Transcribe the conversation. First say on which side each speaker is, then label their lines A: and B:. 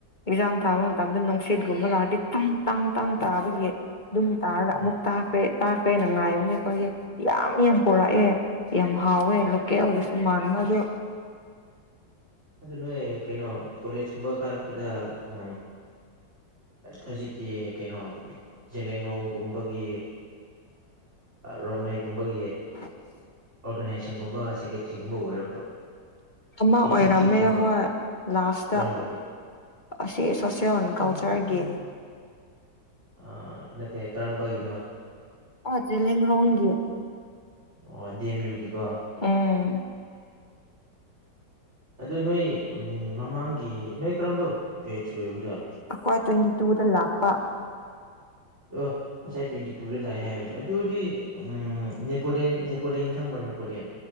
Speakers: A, on the left (about 25°); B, on the right (about 35°).
A: ꯑꯦꯛꯖꯥꯝ ꯊꯥꯕ ꯃꯇꯝꯗ ꯅꯨꯡꯁꯤꯠꯀꯨꯝꯕ ꯂꯥꯛꯔꯗꯤ ꯇꯥꯡ ꯇꯥꯡ ꯇꯥꯡ ꯇꯥꯕꯒꯤ ꯑꯗꯨꯝ ꯇꯥꯔꯒ
B: ꯎꯝ
A: ꯑꯃꯨꯛ ꯇꯥꯈ꯭ꯔꯦ ꯇꯥꯛꯈ꯭ꯔꯦꯅ ꯉꯥꯏꯕꯅꯦ ꯑꯩꯈꯣꯏꯒꯤ ꯌꯥꯝ ꯌꯥꯝ ꯄꯨꯣꯔꯛꯑꯦ ꯌꯥꯝ ꯍꯥꯎꯋꯦ ꯂꯣꯀꯦꯜ ꯑꯣꯏꯒꯁꯨ ꯃꯥꯟꯕ ꯑꯗꯣ
B: ꯑꯗꯨ ꯅꯣꯏ ꯀꯩꯅꯣ ꯀꯣꯂꯦꯖ ꯀꯨꯝꯕ ꯀꯥꯔꯛ ꯗ ꯎ ꯍꯧꯖꯤꯛꯀꯤ ꯀꯩꯅꯣ ꯡꯂꯡꯂꯣꯡꯒꯨꯝꯕꯒꯤ ꯔꯣꯡꯃꯩꯒꯨꯝꯕꯒꯤ
A: <unintelligible>
B: ꯑꯣꯔꯒꯅꯥꯏꯖꯦꯁꯟꯒꯨꯝꯕ ꯁꯦꯀꯦꯇꯔꯤꯒꯨꯝꯕ ꯑꯣꯏꯔꯛꯇ꯭ꯔꯣ
A: ꯑꯃ ꯑꯣꯏ
B: ꯑꯦꯛꯖꯤꯀ꯭ꯌꯨꯇꯤꯞꯀꯨꯝꯕ
A: ꯑꯣꯏꯔꯝ ꯃ ꯍꯣꯏ ꯂꯥꯁꯇ
B: ꯀꯔꯝꯕꯒꯤ
A: ꯑꯁꯤ ꯁꯣꯁꯦꯜ ꯀꯜꯆꯔꯒꯤ
B: ꯑ ꯅꯠꯇꯦ ꯀꯔꯝꯕꯒꯤ
A: ꯖꯤ ꯂꯔꯣꯡꯒꯤ
B: ꯑꯣ ꯗꯤ ꯑꯦꯝ ꯌꯨꯒꯤꯀꯣ
A: ꯎꯝ
B: ꯑꯗꯨ ꯅꯣꯏ ꯎ ꯃꯃꯥꯡꯒꯤ ꯅꯣꯏ ꯀꯔꯝꯕ ꯕꯦꯆ ꯑꯣꯏꯅ
A: ꯑꯩꯈ꯭ꯣꯏ ꯇ꯭ꯋꯦꯟꯇꯤ ꯇꯨꯗ ꯂꯥꯛꯄ
B: ꯑꯣ ꯉꯁꯥꯏ ꯇ꯭ꯋꯦꯟꯇꯤ ꯇꯨꯗ ꯂꯥꯛꯑꯦ ꯍꯥꯏꯕꯁꯦ ꯑꯗꯨꯗꯤ ꯅꯦꯄꯣꯂꯤꯦꯟ ꯅꯦꯄꯣꯂꯤꯦꯟ ꯈꯪꯕ꯭ꯔꯥ ꯅꯦꯄꯣꯂꯤꯌꯥꯦꯟ